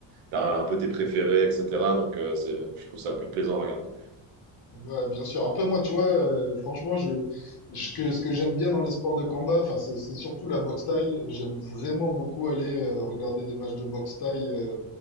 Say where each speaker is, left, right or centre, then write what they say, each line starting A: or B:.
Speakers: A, on the right; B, on the left.
A: t'as un peu tes préférés, etc. Donc, euh, c'est, je trouve ça plus plaisant à regarder.
B: Ouais, bien sûr. Après, moi, tu vois, euh, franchement, je, je- que- ce que j'aime bien dans les sports de combat, enfin, c'est c'est surtout la boxe thaï. J'aime vraiment beaucoup aller euh, regarder des matchs de boxe thaï, euh,